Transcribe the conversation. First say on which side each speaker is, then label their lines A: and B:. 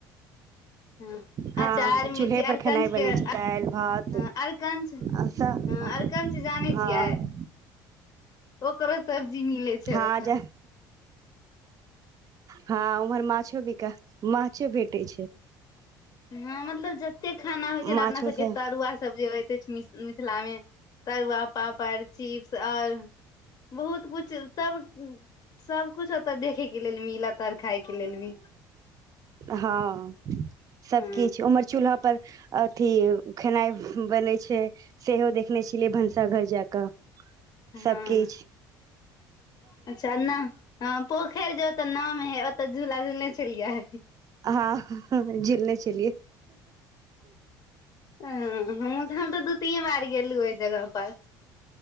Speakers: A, on the left; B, on the right.
A: हँ
B: हँ
A: अचार
B: चूल्हे
A: मिर्ची
B: पर
A: अरकंचके
B: खेनाइ बनै
A: हँ
B: छै दालि भात
A: अरकंच
B: आ सब।
A: हँ अरकंच जानै
B: हँ
A: छियै ओकरो सब्जी मिलै छै
B: हँ
A: ओत
B: जे हँ उम्हर माछो बिका माछो भेटै छै
A: हं मतलब जतेक खाना होइ छै
B: माछो
A: ने अपना सबके
B: सब
A: तरुआ सब जे होइत अछि मि मिथिला में तरुआ पापड़ चिप्स ओर बहुत कुछ सब सब कुछ ओत देखै के लेल मिलत और खाय के लेल भी
B: हँ सब
A: हँ
B: किछु उमर चूल्हा पर अथी खेनाइ बनै छे सेहो देखने छलियै भनसा घर जा कऽ
A: हँ
B: सब किछ
A: अच्छा ना हं पोखइर जे ओत नाम हय ओत झूला झूलने छलिय
B: हाँ झुलने छलिए
A: हं हम तऽ हम तऽ दू तीन बार गेलहु ओहि जगह पर